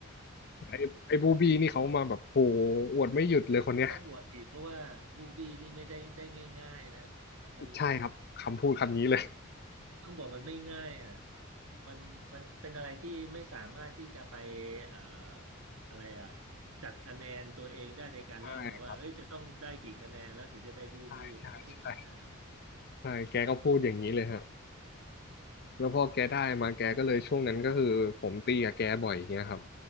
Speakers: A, on the left; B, on the right.
A: ไอ้ไอ้บูบี้นี่เขามาแบบโหอวดไม่หยุดเลยคนเนี้ย
B: เราต้องอวดอีกเพราะว่ามูวี่นี่ไม่ได้ได้ง่ายๆนะมัน
A: ใช่ครับคำพูดคำนี้เลย
B: ต้องบอกมันไม่ง่ายอ่ะมันมันเป็นอะไรที่ไม่สามารถที่จะไปเอ่ออะไรอ่ะ จัดคะแนนตัวเองได้ในการเล่นนะว่าเอ้ยจะต้องได้กี่คะแนนแล้วถึงจะได้บูบี้ไม่ใช่ง่าย
A: ใช่ใช่ใช่ใช่ใช่แกก็พูดอย่างนี้เลยฮะ แล้วพอแกได้มาแกก็เลยช่วงนั้นก็คือผมตีกับแกบ่อยอย่างเงี้ยครับ